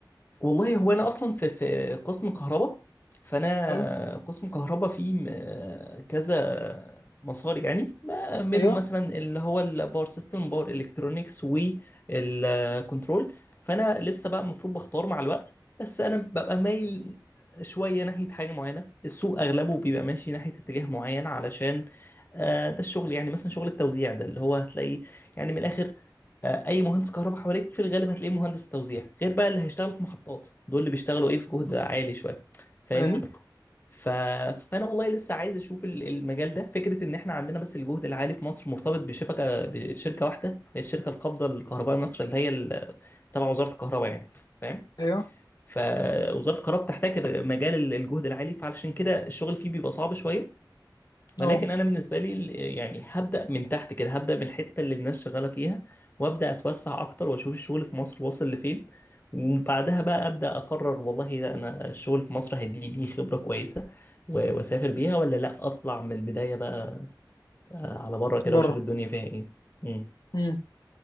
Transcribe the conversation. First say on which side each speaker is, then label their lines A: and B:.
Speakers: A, on the left (about 30°); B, on the left (about 55°).
A: والله هو انا اصلا في في قسم كهرباء فانا
B: حلو
A: قسم كهرباء فيه م- كذا مسار يعني ما منهم
B: ايوه
A: مثلا اللي هو الباور سيستم باور الكترونكس والكنترول فانا لسه بقى المفروض بختار مع الوقت بس انا ببقى مايل شويه ناحيه حاجه معينه السوق اغلبه بيبقى ماشي ناحيه اتجاه معين علشان آه، ده الشغل يعني مثلا شغل التوزيع ده اللي هو هتلاقيه يعني من الاخر آه، اي مهندس كهرباء حواليك في الغالب هتلاقيه مهندس توزيع غير بقى اللي هيشتغل في محطات دول اللي بيشتغلوا ايه في جهد عالي شويه فاهمني
B: ايوه
A: ف... فانا والله لسه عايز اشوف ال- المجال ده فكره ان احنا عندنا بس الجهد العالي في مصر مرتبط بشبكه بشركه واحده هي الشركه القابضه للكهرباء مصر اللي هي ال- تبع وزاره الكهرباء يعني فاهم
B: ايوه
A: فوزاره الكهرباء بتحتاج مجال ال- الجهد العالي فعلشان كده الشغل فيه بيبقى صعب شويه ولكن
B: اه
A: انا بالنسبه لي ال- يعني هبدا من تحت كده هبدا من الحته اللي الناس شغاله فيها وابدا اتوسع اكتر واشوف الشغل في مصر واصل لفين وبعدها بقى ابدا اقرر والله لا انا الشغل في مصر هيديني بيه خبره كويسه و- واسافر بيها ولا لا اطلع من البدايه بقى آه، على بره كده
B: بره
A: واشوف الدنيا فيها ايه مم.
B: امم